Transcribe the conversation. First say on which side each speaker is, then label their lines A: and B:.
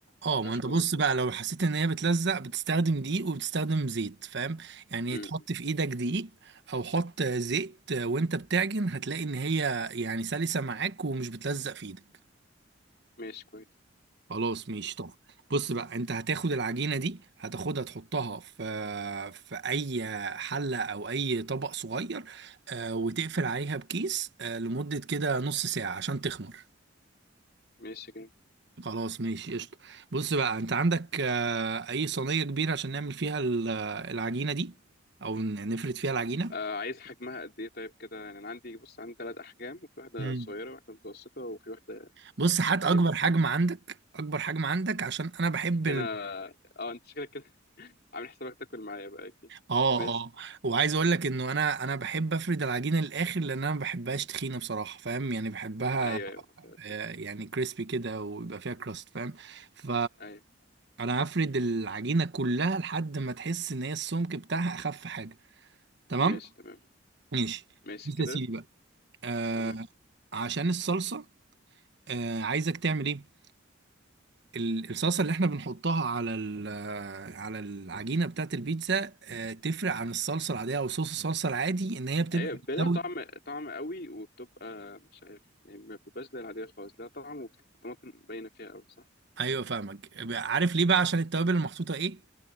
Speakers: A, on the right (about 60°); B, on the left (about 50°).
A: اه
B: ينفعش
A: ما انت
B: تكون
A: بص
B: بتلزق
A: بقى لو حسيت ان هي بتلزق بتستخدم دقيق وبتستخدم زيت فاهم يعني
B: امم
A: تحط في ايدك دقيق او حط زيت وانت بتعجن هتلاقي ان هي يعني سلسة معاك ومش بتلزق في ايدك
B: ماشي كويس
A: خلاص ماشي طب بص بقى انت هتاخد العجينة دي هتاخدها تحطها في في اي حلة او اي طبق صغير آه، وتقفل عليها بكيس آه، لمدة كده نص ساعة عشان تخمر
B: ماشي جامد
A: خلاص ماشي قشطة بص بقى انت عندك آه، اي صينية كبيرة عشان نعمل فيها ال- آه، العجينة دي او ن- نفرد فيها العجينة
B: آه عايز حجمها قد ايه طيب كده يعني انا عندي بص عندي ثلاث احجام وفي واحده
A: مم.
B: صغيره وواحده متوسطه وفي واحده
A: بص هات
B: كبيرة
A: اكبر حجم عندك اكبر حجم عندك عشان انا بحب
B: شكلنا
A: ال...
B: اه انت شكلك كده عامل حسابك تاكل معايا بقى اكيد
A: اه
B: ماشي
A: اه وعايز اقول لك انه انا انا بحب افرد العجينة للاخر لان انا ما بحبهاش تخينة بصراحة فاهم يعني بحبها
B: ايوه ايوه بقى استنى.
A: آه، يعني كريسبي كده ويبقى فيها كراست فاهم ف
B: ايوه
A: انا هفرد العجينة كلها لحد ما تحس ان هي السمك بتاعها اخف حاجة تمام
B: ماشي تمام
A: ماشي
B: ماشي
A: بص
B: كده
A: يا سيدي بقى آه
B: تمام
A: عشان الصلصه آه عايزك تعمل ايه ال- الصلصه اللي احنا بنحطها على ال- آه، على العجينه بتاعت البيتزا آه تفرق عن الصلصه العاديه او صوص الصلصه العادي ان هي بتبقى
B: ايوه
A: بتساوي
B: لها طعم طعم قوي وبتبقى مش عارف يعني ما بتبقاش زي العادية خالص لها طعم وبتحس الطماطم باينة فيها قوي صح؟
A: ايوه فاهمك عارف ليه بقى عشان التوابل المحطوطه ايه